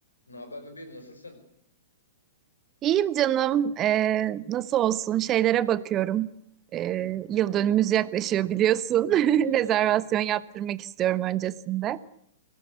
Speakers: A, on the left (about 85°); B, on the right (about 30°).
A: Ne haber bebeğim nasılsın?
B: İyiyim canım. Ee, nasıl olsun? Şeylere bakıyorum. Ee, yıl dönümümüz yaklaşıyor biliyorsun. <laughs>
A: Hı hı.
B: Rezervasyon yaptırmak istiyorum öncesinde.